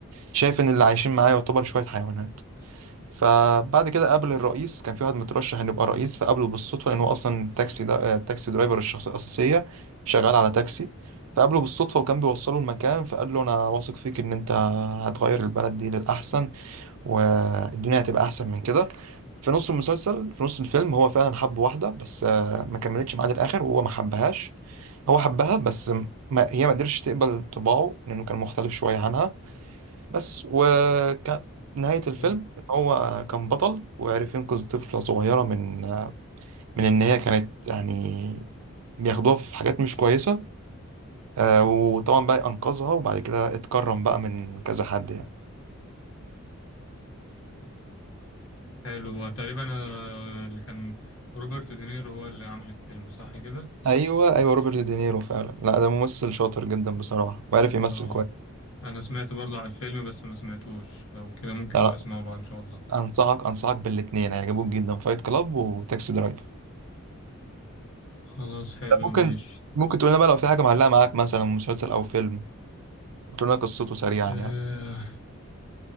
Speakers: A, on the right (about 80°); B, on the left (about 65°).
A: شايف إن اللي عايشين معاه يعتبر شوية حيوانات فبعد كده قابل الرئيس كان في واحد مترشح ان يبقى رئيس فقابله بالصدفه لان هو اصلا التاكسي ده آه، التاكسي درايفر الشخصيه الاساسيه شغال على تاكسي فقابله بالصدفه وكان بيوصله المكان فقال له انا واثق فيك ان انت هتغير البلد دي للاحسن والدنيا هتبقى احسن من كده في نص المسلسل في نص الفيلم هو فعلا حب واحده بس آه، ما كملتش معاه للاخر وهو ما حبهاش هو حبها بس ما هي ما قدرتش تقبل طباعه لانه كان مختلف شويه عنها بس وكانت نهاية الفيلم
B: حلو
A: إن هو كان بطل وعرف ينقذ طفلة صغيرة من من إن هي كانت يعني بياخدوها في حاجات مش كويسة آه، وطبعا بقى أنقذها وبعد كده اتكرم بقى من كذا حد يعني
B: حلو هو تقريبا آه، اللي كان روبرت دينيرو هو اللي عامل الفيلم صح كده؟
A: أيوه أيوه روبرت دينيرو فعلا لا ده ممثل شاطر جدا بصراحة وعارف يمثل
B: اه
A: كويس
B: انا سمعت برضه عن الفيلم بس ما سمعتوش لو كده ممكن
A: لا
B: نبقى
A: لا
B: اسمعه بقى ان شاء الله
A: أنصحك أنصحك بالاتنين هيعجبوك جدا فايت كلاب وتاكسي درايفر
B: خلاص حلو
A: ده ممكن
B: ماشي
A: ممكن تقول لنا بقى لو في حاجة معلقة معاك مثلا مسلسل أو فيلم وتقول لنا قصته سريعا
B: آه
A: يعني